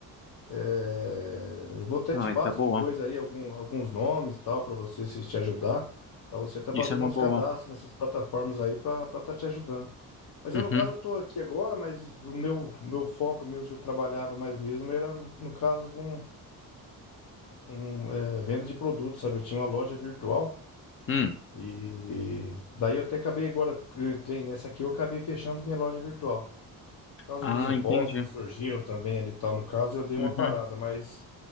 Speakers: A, on the left; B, on the left.
A: É, eu vou até
B: Ah,
A: te passo
B: isso é boa.
A: depois aí algum- alguns nomes tal para você se te ajudar, para você estar fazendo
B: Isso é uma
A: uns
B: boa.
A: cadastros nessas plataformas aí para estar te ajudando. Mas eu
B: Uhum,
A: no caso eu tô aqui agora, mas o meu o meu foco mesmo que eu trabalhava mais mesmo era no, no caso com, com é, venda de produtos, sabe? Eu tinha uma loja virtual
B: hum.
A: e daí eu até acabei agora porque eu entrei nessa aqui, eu acabei fechando minha loja virtual. Por causa
B: Ah,
A: dos impostos
B: entendi.
A: que surgiram também ali e tal no caso, eu dei uma
B: Uhum,
A: parada, mas